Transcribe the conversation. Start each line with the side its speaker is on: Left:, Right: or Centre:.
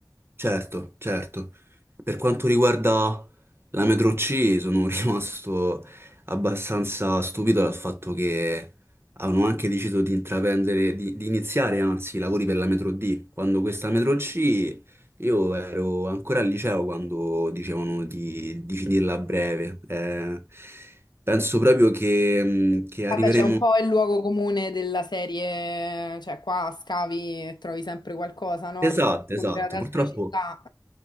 Right: Certo, certo. Per quanto riguarda la Metro C, sono <laughs> rimasto abbastanza stupito dal fatto che hanno anche deciso di intraprendere, di, di iniziare anzi i lavori per la Metro D. Quando questa Metro C, io ero ancora al liceo quando dicevano di, di finirla a breve. Eh, penso proprio che, mm, che
Left: Vabbè,
Right: arriveremo.
Left: c'è un po' il luogo comune della serie, cioè qua scavi e trovi sempre qualcosa, no?
Right: Esatto,
Left: Rispetto pure
Right: esatto.
Left: ad altre
Right: Purtroppo.
Left: città.